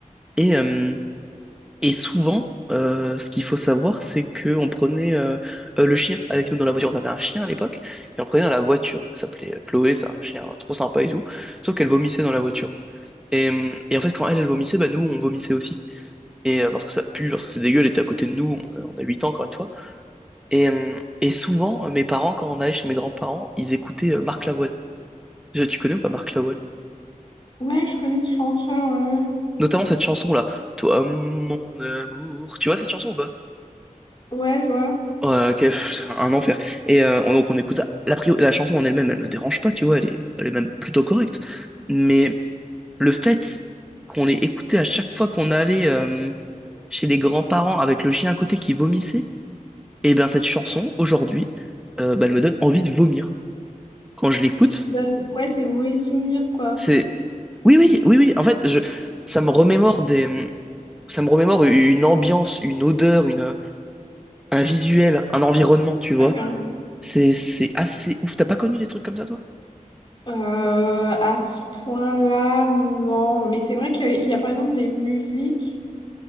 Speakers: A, in the centre; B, on the left.
A: Et, euh, Et souvent, euh, ce qu'il faut savoir, c'est qu'on prenait euh, euh, le chien avec nous dans la voiture. On avait un chien à l'époque, et on prenait dans la voiture. Elle s'appelait euh, Chloé, c'est un chien trop sympa et tout. Sauf qu'elle vomissait dans la voiture. Et, euh, et en fait, quand elle, elle vomissait, bah, nous, on vomissait aussi. Et euh, parce que ça pue, parce que c'est dégueu, elle était à côté de nous, on, a on a 8 ans encore une fois. Et, euh, et souvent, euh, mes parents, quand on allait chez mes grands-parents, ils écoutaient euh, Marc Lavoine. Je- Tu connais ou pas Marc Lavoine?
B: Ouais, je connais ce chanteur, ouais. Ouais,
A: Notamment cette chanson-là. Toi, mon amour. Tu vois cette chanson ou pas?
B: Ouais, je vois.
A: Ouais, ok, pff, c'est un enfer. Et euh, on- donc on écoute ça. La, pri- la chanson en elle-même, elle ne dérange pas, tu vois, elle est, elle est même plutôt correcte. Mais le fait qu'on l'ait écoutée à chaque fois qu'on allait euh, chez les grands-parents avec le chien à côté qui vomissait, et bien cette chanson, aujourd'hui, euh, bah, elle me donne envie de vomir. Quand je l'écoute,
B: Bah, ouais, c'est mauvais souvenir, quoi.
A: c'est... Oui, oui, oui, oui, en fait, je... ça me remémore des... Ça me remémore une ambiance, une odeur, une... un visuel, un environnement, tu vois.
B: Ouais, grave.
A: C'est c'est assez ouf. T'as pas connu des trucs comme ça, toi?
B: Euh, à ce point-là, non. Mais c'est vrai qu'il y a par exemple des musiques